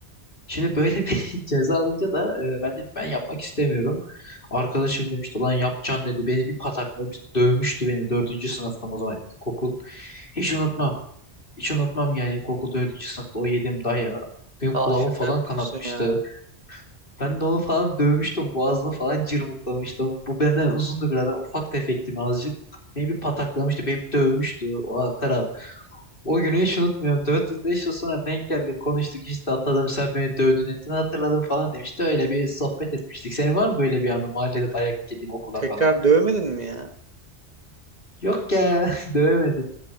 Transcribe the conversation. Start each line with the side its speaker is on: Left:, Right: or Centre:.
Left: Şimdi böyle bir <laughs> ceza alınca da e, ben de ben yapmak istemiyorum. Arkadaşım demişti lan yapacaksın dedi beni bir pataklamıştı dövmüştü beni dördüncü sınıftım o zaman ilkokul. Hiç unutmam hiç unutmam yani ilkokul dördüncü sınıfta o yediğim dayağı benim kulağımı
Right: Al şaka
Left: falan
Right: yapıyorsun
Left: kanatmıştı.
Right: ya.
Left: Ben de onu falan dövmüştüm. Boğazını falan cırmıklamıştım. Bu benden uzundu biraz. Ben ufak tefektim azıcık. Beni bir pataklamıştı. Beni bir dövmüştü. O Karal. O günü hiç unutmuyorum. 4-5 yıl beş yıl sonra denk geldik. Konuştuk işte atladım. Sen beni dövdün ettin hatırladım falan demişti. Öyle bir sohbet etmiştik. Senin var mı böyle bir anı? Mahallede
Right: Tek-
Left: dayak yediğin okula
Right: tekrar
Left: falan.
Right: dövmedin mi ya?
Left: Yok ya. <laughs> Dövemedim.